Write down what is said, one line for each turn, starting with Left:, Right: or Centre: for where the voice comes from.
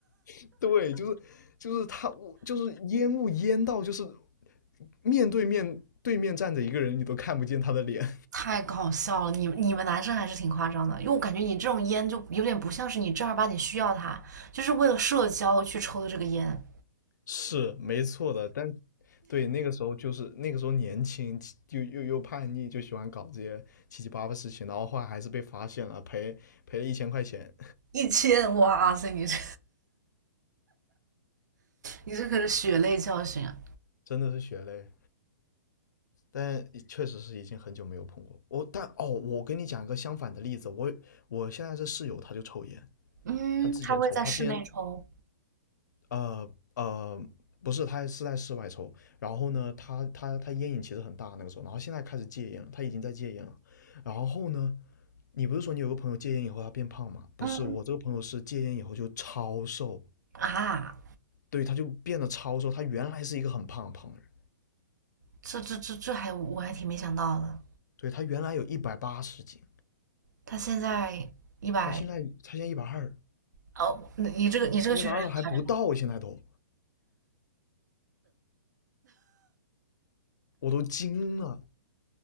Left: <laughs> 对，就是就是他就是烟雾烟到就是面对面对面站着一个人你都看不见他的脸，
Right: 太搞笑了！你你们男生还是挺夸张的，因为我感觉你这种烟就有点不像是你正儿八经需要它，就是为了社交去抽的这个烟。
Left: 是没错的，但对那个时候就是那个时候年轻，就又又又叛逆，就喜欢搞这些七七八八事情，然后后来还是被发现了，赔赔了一千块钱，
Right: 一千，哇塞，你这你这可是血泪教训啊！
Left: <laughs> 真的是血泪。但确实是已经很久没有碰过我，但哦，我跟你讲一个相反的例子，我我现在这室友他就抽烟，
Right: 嗯，
Left: 他之前抽，
Right: 他会在室内抽。
Left: 他之前呃呃不是，他是在室外抽，然后呢，他他他烟瘾其实很大那个时候，然后现在开始戒烟了，他已经在戒烟了。然后呢，你不是说你有个朋友戒烟以后他变胖吗？不是，
Right: 嗯，
Left: 我这个朋友是戒烟以后就超瘦，
Right: 啊，
Left: 对，他就变得超瘦。他原来是一个很胖很胖的人，
Right: 这这这这还我还挺没想到的，
Left: 对，他原来有一百八十斤，
Right: 他现在一百
Left: 他现在他现在一百二，
Right: 哦，你这个你这个确实很夸张。
Left: 一百二还不到啊，现在都我都惊了。